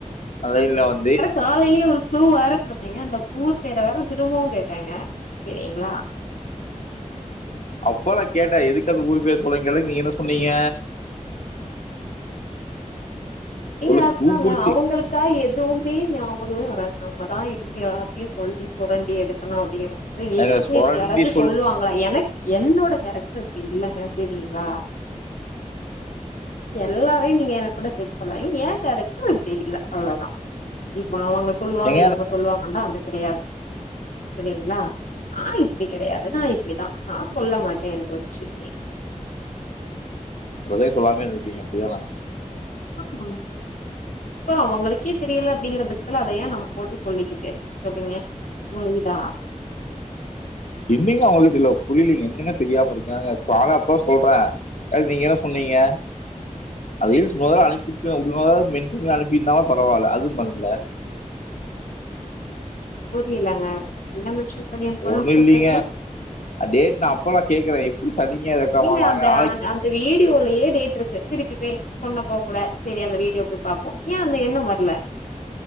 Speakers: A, on the left; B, on the left.
A: அந்த லைன்ல வந்து
B: காலைலே ஒரு குளூ வேற குடுத்தேங்க அந்த குளு தெர்ற வர நா திரும்பவு கேட்டங்க செரிங்ளா
A: அப்போ நா கேட்டே எதுக்கு அந்த ஊரு பேர் சொல்றிங் கேட்டதுக்கு நீங்க என்ன சொன்னீங்க
B: ஏங்க
A: சொல்லு
B: அதாங்க
A: க்ளூ குடுத்து
B: அவங்களுக் கா எதுவுமே நியாபகமே வராது நம்மதா இருந்து எல்லாத்தையு சொல்லி சொரண்டி எடுக்கணு அப்டிங்கற பச்ச எதுக்குங்க
A: ஏங்க சொரண்டி
B: இப்டி யாராச்சு
A: சொல்லி
B: சொல்லுவாங்களா எனக்கு என்னோட கேரக்டர் இப்டி இல்லங்க சேரிங்களா எல்லாரையு நீங்க எனக் கூட சேத் து சொல்லா இ ஏ கேரக்ட்ரு இப்டி இல்ல அவ்ளோதா இப்ப அவங்க சொல்லுவாங்க
A: ஏங்க
B: இவங்க சொல்லுவாங்கன்லா அந்து கெடையாது செரிங்ளா ஆ இப்டி கெடையாது நா இப்டிதா நா சொல்ல மாட்ட எந்த ஒரு விஷயத்தையு
A: உங்க ஸைடு சொல்லாமே இருந்துப்பீங்க அப்டிதானா
B: ஆமா சோ அவங்களுக்கே தெரியல அப்டிங்கிற பட்சத்துல அத ஏ நம்ம போட்டு சொல்லிக்கிட்டு சொல்லுங்க புரியுதா
A: என்னங்க அவங்களுக்கு தெர்ல புரியலிங்க என்னங்க தெரியாம இருக்காங்க சாதாப்பா சொல்ற அது நீங்கதா சொன்னீங்க அதயு சும்மா வேற அனுப்பிர்ப்பே <unintelligible> மென்சன் பண்ணி அனுப்பிருந்தாவா பரவால்ல அது பண்ல
B: புரியலங்க என்ன மென்ஷன் பண்ணி அனுப்பனுன்
A: ஒண்ணு
B: சொல்றீங்க
A: இல்லைங்க டேட் நா அப்பதா கேக்றே எப்டி சனி ஞாயிறு இருக்க
B: ஏங்க
A: மாட்டாங்க
B: அந்த
A: நாளைக்
B: அந்த அந்த வீடியோலயே டேட் இருக்கு திருப்பி போய் சொன்னப்போ கூட சரி அந்த வீடியோ போய் பாப்போ ஏ அந்த எண்ணம் வர்ல